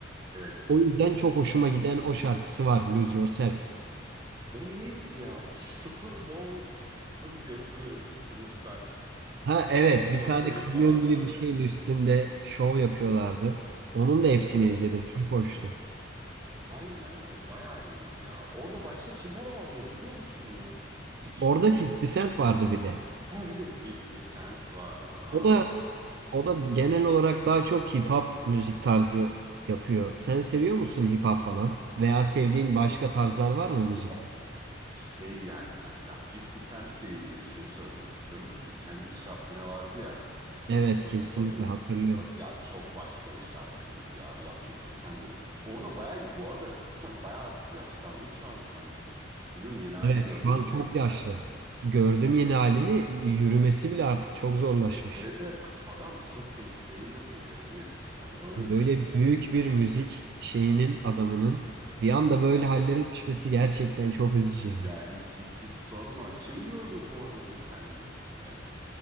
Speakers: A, on the right (about 20°); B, on the right (about 60°).
A: Evet.
B: O yüzden çok hoşuma giden o şarkısı var, Lose Yourself.
A: O neydi ya? Super Bowl'da bir gösteri Snoop Dogg.
B: Ha evet,
A: Doktor
B: bir tane
A: Dre
B: kamyon
A: falan
B: gibi
A: böyle.
B: bir şeyin üstünde şov yapıyorlardı. Onun da hepsini
A: Orada
B: izledim. Çok hoştu.
A: aynen aynen o bayağı iyiydi ya. Orada başka kimler vardı hatırlıyor musun ya? Hiç.
B: Orada 50 Cent vardı bir de.
A: Ha bir de 50 Cent vardı abi.
B: O da o da genel olarak daha çok hip hop müzik tarzı yapıyor. Sen seviyor musun hip hop falan? Veya sevdiğin başka tarzlar var
A: Ya
B: mı müzikte?
A: şey yani ya 50 Cent'le ilgili şunu söylemek istiyorum. Şu kendi şarkı ne vardı ya
B: Evet
A: hat-
B: kesinlikle
A: hatırla.
B: hatırlıyorum.
A: hat- Ya çok başka bir şarkıydı ya. Ya 50 Cent'i orada bayağı bu arada 50 Cent bayağı artık yaşlanmış şu anda sen şu. Bilmiyorum yeni halini
B: Evet
A: gördün
B: şu an
A: mü
B: çok
A: 50 Cent'in?
B: yaşlı. Gördüm yeni halini yürümesi bile artık çok zorlaşmış.
A: Evet evet adam sırt desteğiyle duruyor Emir. Hani öyle
B: Böyle
A: düşün.
B: büyük bir müzik şeyinin adamının bir anda böyle
A: Ya
B: hallere düşmesi gerçekten çok üzücü ya.
A: ya hiç hiç hiç sorma. Şeyi gördüm bu arada geçen gün. Ee,